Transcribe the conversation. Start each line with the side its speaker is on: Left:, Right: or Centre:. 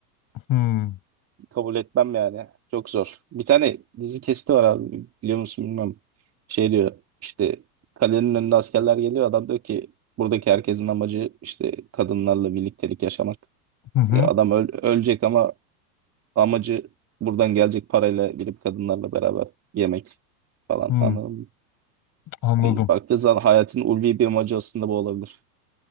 Left: Hmm,
Right: Kabul etmem yani. Çok zor. Bir tane dizi kesti var abi. Biliyor musun bilmiyorum. Şey diyor işte kalenin önünde askerler geliyor. Adam diyor ki buradaki herkesin amacı işte kadınlarla birliktelik yaşamak.
Left: hı hı,
Right: E, adam öl- ölecek ama amacı buradan gelecek parayla girip kadınlarla beraber yemek falan.
Left: hmm,
Right: Anladın mı?
Left: anladım.
Right: Hani baktığı zaman hayatın ulvi bir amacı aslında bu olabilir.